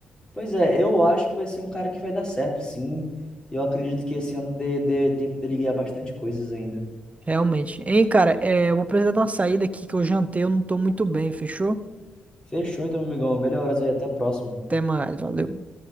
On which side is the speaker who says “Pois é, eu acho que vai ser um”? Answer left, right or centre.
Left